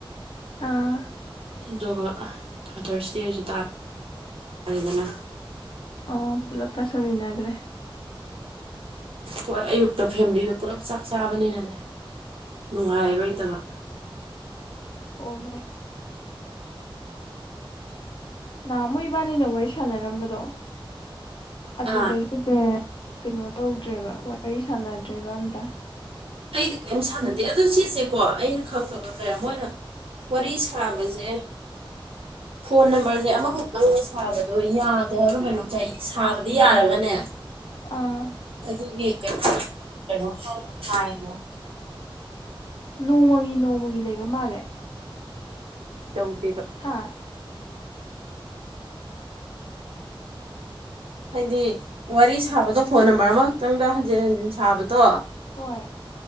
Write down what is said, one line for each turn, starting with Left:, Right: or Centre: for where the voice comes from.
Left: ꯑꯥ
Right: ꯑꯗꯨꯒ ꯐꯥꯗꯔꯁꯗꯦꯁꯨ ꯇ ꯌꯥꯔꯦꯗꯅ
Left: ꯑꯣ ꯄꯨꯂꯞ ꯇꯥꯁꯃꯤꯟꯅꯈ꯭ꯔꯦ
Right: ꯍꯣꯏ ꯑꯌꯨꯛꯇ ꯐꯦꯃꯤꯂꯤꯗ ꯄꯨꯜꯂꯞ ꯆꯥꯛ ꯆꯥꯕꯅꯤꯅꯅꯦ ꯅꯨꯡꯉꯥꯏꯔꯣꯏꯇꯕ
Left: ꯑꯣ ꯍꯣꯏ ꯅꯍꯥꯃꯨ ꯏꯕꯥꯅꯤꯅ ꯋꯥꯔꯤ ꯁꯥꯟꯅꯔꯝꯕꯗꯣ ꯑꯗꯨꯗꯒꯤꯖ
Right: ꯑꯥ
Left: ꯀꯩꯅꯣ ꯇꯧꯗ꯭ꯔꯦꯕ ꯋꯥꯔꯤ ꯁꯥꯟꯅꯗ꯭ꯔꯦꯕ ꯑꯝꯇ
Right: ꯑꯩꯗꯤ ꯀꯔꯤꯝ ꯁꯥꯟꯅꯗꯦ ꯑꯗꯨ ꯁꯤꯁꯦꯀꯣ ꯑꯩꯅ ꯈꯪꯗꯕ ꯃ ꯂꯩꯔꯦ ꯃꯣꯏꯅ ꯋꯥꯔꯤ ꯁꯥꯕꯖꯦ ꯐꯣꯟ ꯅꯝꯕꯔꯖꯦ ꯑꯃꯈꯛꯇꯪꯒ ꯁꯥꯕꯗꯣ ꯌꯥꯗꯦ ꯍꯥꯏꯕꯔ ꯀꯩꯅꯣ ꯁꯥꯏ ꯁꯥꯕꯗꯤ ꯌꯥꯔꯒꯅꯦ
Left: ꯑꯥ
Right: ꯑꯗꯨꯅꯦ ꯀꯩꯅꯣ ꯀꯩꯅꯣꯝ ꯍꯥꯏ ꯍꯥꯏꯉꯣ
Left: ꯅꯣꯡꯃꯒꯤ ꯅꯣꯡꯃꯒꯤ ꯂꯩꯕ ꯃꯥꯜꯂꯦ
Right: ꯇꯧꯗꯦꯕ
Left: ꯍꯥ
Right: ꯍꯥꯏꯗꯤ ꯋꯥꯔꯤ ꯁ ꯁꯥꯕꯗꯣ ꯐꯣꯟ ꯅꯝꯕꯔ ꯑꯃꯈꯛꯇꯪꯗ ꯍꯟꯖ ꯍꯟꯖꯟ ꯍꯟꯖꯤꯟ ꯁꯥꯕꯗꯣ
Left: ꯍꯣꯏ